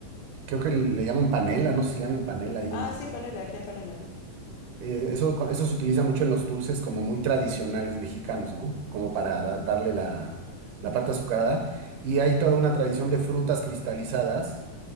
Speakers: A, on the right; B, on the left.
A: creo que le llaman panela, no sé si le llaman panela ahí
B: Ah,
A: en...
B: sí, panela, aquí hay panela.
A: Eh, eso, con- eso se utiliza mucho en los dulces como muy tradicionales mexicanos, ¿no? Como para dar- darle la, la parte azucarada. Y hay toda una tradición de frutas cristalizadas.